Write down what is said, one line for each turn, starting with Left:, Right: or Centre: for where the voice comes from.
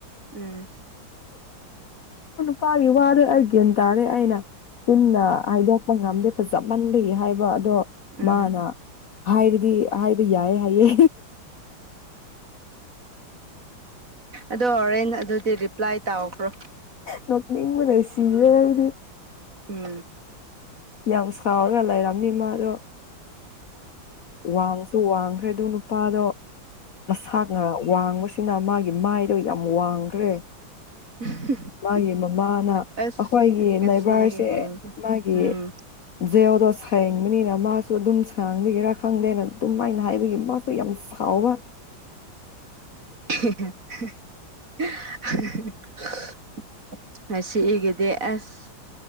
Right: ꯎꯝ
Left: ꯅꯨꯄꯥꯒꯤ ꯋꯥꯗꯨ ꯑꯩ ꯒ꯭ꯌꯥꯟ ꯇꯥꯔꯦ ꯑꯩꯅ ꯆꯤꯟꯅ ꯍꯥꯏꯗꯣꯛꯄ ꯉꯝꯗꯦ ꯐꯖꯃꯟꯕꯩ ꯍꯥꯏꯕ ꯑꯗꯣ
Right: ꯎꯝ
Left: ꯃꯥꯅ ꯍꯥꯏꯕꯗꯤ ꯍꯥꯏꯕ ꯌꯥꯏꯌꯦ ꯍꯥꯏꯌꯦ
Right: ꯑꯗꯣ ꯍꯣꯔꯦꯟ ꯑꯗꯨꯗꯤ ꯔꯤꯄ꯭ꯂꯥꯏ ꯇꯧꯈ꯭ꯔꯣ
Left: ꯅꯣꯛꯅꯤꯡꯕꯅꯥ ꯁꯤꯔꯦ ꯑꯩꯗꯤ
Right: ꯎꯝ
Left: ꯌꯥꯝ ꯁꯥꯎꯔꯒ ꯂꯩꯔꯝꯅꯤ ꯃꯥꯗꯣ ꯋꯥꯡꯁꯨ ꯋꯥꯡꯈ꯭ꯔꯦ ꯑꯗꯨ ꯅꯨꯄꯥꯗꯣ ꯃꯁꯥꯅ ꯋꯥꯡꯕꯁꯤꯅ ꯃꯥꯒꯤ ꯃꯥꯏ ꯑꯗꯨ ꯌꯥꯝ ꯋꯥꯡꯈ꯭ꯔꯦ
Right: <unintelligible>
Left: ꯃꯥꯒꯤ ꯃꯃꯥꯅ
Right: ꯑꯁ
Left: ꯑꯩꯈꯣꯏꯒꯤ
Right: ꯉꯁꯤꯒꯤ
Left: ꯅꯥꯏꯕꯔꯁꯦ
Right: ꯃꯑꯣꯡꯗ
Left: ꯃꯥꯒꯤ
Right: ꯎꯝ
Left: ꯖꯦꯜꯗꯣ ꯁꯦꯡꯕꯅꯤꯅ ꯃꯥꯁꯨ ꯑꯗꯨꯝ ꯁꯥꯡꯕꯤꯒꯤꯔ ꯈꯪꯗꯦꯅ ꯑꯗꯨꯃꯥꯏꯅ ꯍꯥꯏꯕꯒꯤ ꯃꯥꯁꯨ ꯌꯥꯝ ꯁꯥꯎꯕ
Right: <unintelligible> ꯉꯁꯤꯒꯤꯗꯤ ꯑꯁ